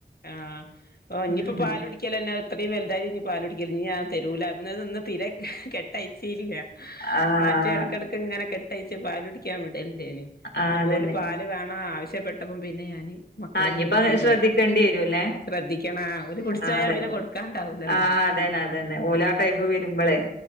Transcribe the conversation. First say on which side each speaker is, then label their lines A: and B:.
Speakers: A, on the left; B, on the left.
A: ആഹ്
B: ആണ്
A: ഇനിപ്പോ പാല് കുടിക്കലന്നെ അത്രയും വലുതായിട്ട് ഇനി പാലുടിക്കല്ലേ ഞി ഞാൻ തരൂലാ വുന്നത് ഇന്ന് തീരെ കെട്ടയിച്ചേ ഇല്ല
B: ആഹ്
A: മറ്റേ എടക്കെടക്ക് ഇങ്ങനെ കെട്ടയിച്ച് പാല് കുടിക്കാൻ വി ടലിൻ്റെനിം
B: ആഹ്
A: എന്ന
B: അതന്നെ
A: ഓല് പാലു വേണം ആവശ്യപ്പെട്ടപ്പോം പിന്നെ ഞാന് മക്കളൊന്നും
B: ആഹ് ഞിപ്പ
A: വിട്ടീല്ല
B: ശ്രദ്ധിക്കേണ്ടി വരും ല്ലേ
A: ശ്രദ്ധിക്കണം ആ ഓല് കുടിച്ചോയാ
B: ആ അതെ
A: പിന്നെ കൊടുക്കാണ്ടാവൂലല്ലോ
B: ആഹ് അതന്നെ അതന്നെ ഓല് ടൈമ് വരുമ്പോളെ